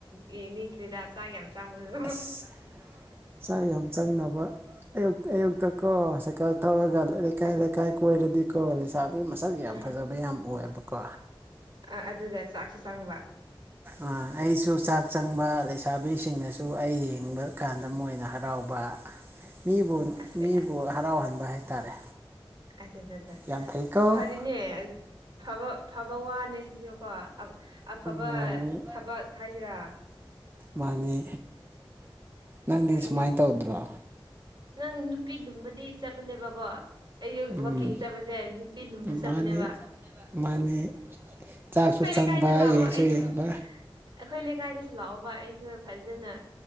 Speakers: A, on the right; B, on the right.
A: ꯌꯦꯡꯅꯤꯡꯈ꯭ꯔꯦꯗ ꯆꯥꯛ ꯌꯥꯝ ꯆꯪꯕꯗꯣ
B: ꯑꯁ ꯆꯥꯛ ꯌꯥꯝ ꯆꯪꯅꯕ ꯑꯌꯨꯛ ꯑꯌꯨꯛꯇꯀꯣ ꯁꯥꯏꯀꯜ ꯊꯧꯔꯒꯥ ꯂꯩꯀꯥꯏ ꯂꯩꯀꯥꯏ ꯀꯣꯏꯔꯗꯤ ꯀꯣ ꯂꯩꯁ ꯕꯤ ꯃꯁꯛ ꯌꯥꯝ
A: ꯎꯝ
B: ꯐꯖꯕ ꯌꯥꯝ ꯎꯏꯌꯦꯕꯥꯀꯣ
A: ꯑ ꯑꯗꯨꯒ ꯆꯥꯛꯁꯨ ꯆꯪꯕ
B: ꯎꯝ ꯑꯩꯁꯨ ꯆꯥꯛ ꯆꯪꯕ ꯂꯩꯁꯥꯕꯤꯁꯤꯡꯅꯁꯨ ꯑꯩ ꯌꯦꯡꯕ ꯀꯥꯟꯗ ꯃꯣꯏꯅ ꯍꯔꯥꯎꯕ ꯃꯤꯕꯨ
A: ꯑꯁ
B: ꯃꯤꯕꯨ ꯍꯔꯥꯎꯍꯟꯕ ꯍꯥꯏꯇꯥꯔꯦ
A: ꯑꯆꯥꯆꯥꯆꯥ
B: ꯌꯥꯝ ꯐꯩꯀꯣ
A: ꯐꯔꯤꯅꯦ ꯑꯥ ꯐꯕ ꯐꯕ ꯋꯥꯅꯦ ꯁꯤꯁꯨꯀꯣ ꯑ ꯑꯐꯕ
B: ꯃꯥꯅꯤ
A: ꯊꯕꯛ ꯍꯥꯏꯁꯤꯔꯥ
B: ꯃꯥꯅꯤ ꯅꯪꯗꯤ
A: ꯐꯩꯗ
B: ꯁꯨꯃꯥꯏꯟ ꯇꯧꯗ꯭ꯔꯣ
A: ꯅꯪ ꯅꯨꯄꯤ ꯂꯨꯝꯕꯗꯤ ꯆꯠꯄꯅꯦꯕꯀꯣ ꯑꯌꯨꯛ
B: ꯎꯝ
A: ꯋꯥꯛꯀꯤꯡ ꯆꯠꯄꯁꯦ ꯅꯨꯄꯤ ꯂꯨꯝꯕ ꯆꯠꯄꯅꯦꯕ
B: ꯃꯥꯅꯤ ꯃꯥꯅꯤ ꯆꯥꯛꯁꯨ
A: ꯑꯩꯈꯣꯏ
B: ꯆꯪꯕ
A: ꯂꯩꯀꯥꯏꯗ ꯂꯥꯛꯑꯣ
B: ꯌꯦꯡꯁꯨ
A: ꯑꯩꯁꯨ
B: ꯌꯦꯡꯕ
A: ꯑꯩꯈꯣꯏ ꯂꯩꯀꯥꯏꯗꯁꯨ ꯂꯥꯛꯑꯣꯕ ꯑꯩꯁꯨ ꯐꯖꯅ